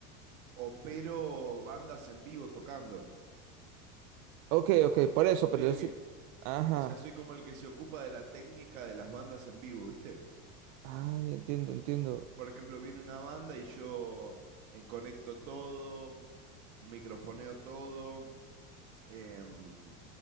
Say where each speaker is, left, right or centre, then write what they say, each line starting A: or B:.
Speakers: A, on the right (about 80°); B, on the right (about 60°).
A: opero bandas en vivo tocando.
B: Ok, ok, por eso, pero
A: Soy el
B: yo sí.
A: que,
B: Ajá.
A: o sea, soy como el que se ocupa de la técnica de las bandas en vivo, ¿viste?
B: Ay, entiendo, entiendo.
A: Por ejemplo, viene una banda y yo eh, conecto todo, microfoneo todo. em,